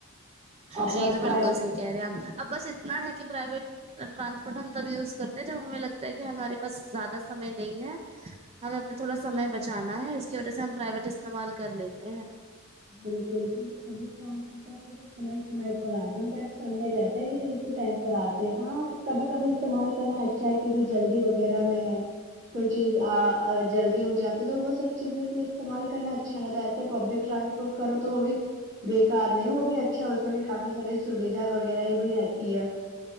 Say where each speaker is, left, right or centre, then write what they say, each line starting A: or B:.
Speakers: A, on the right (about 60°); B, on the right (about 30°).
A: اپر
B: جی تو
A: پرائیویٹ
B: بالکل صحیح کہہ رہے ہیں آپ اب بس اتنا ہے کہ پرائیویٹ ٹرانسپورٹ ہم تب یوز کرتے ہیں جب ہمیں لگتا ہے کہ ہمارے پاس زیادہ سمے نہیں ہے ہمیں اپنا تھوڑا سمے بچانا ہے اس کی وجہ سے ہم پرائیویٹ استعمال کر لیتے ہیں
A: بالکل <unintelligible> سمے سمے پر آتا ان کا ایک سمے رہتا ہے کہ جو اسی ٹائم پر آتا دیکھا ہاں کبھی کبھی استعمال کرنا اچھا ہے کیونکہ جلدی وغیرہ میں ہے کوئی چیز آ جلدی ہو جاتی تو وہ سب چیزوں کے لیے استعمال کرنا اچھا رہتا ہے ایسے پبلک ٹرانس پورٹ کرو تو وہ بھی بےکار نہیں وہ بھی اچھا اس میں بھی کافی ساری سویدھا وغیرہ یہ بھی رہتی ہے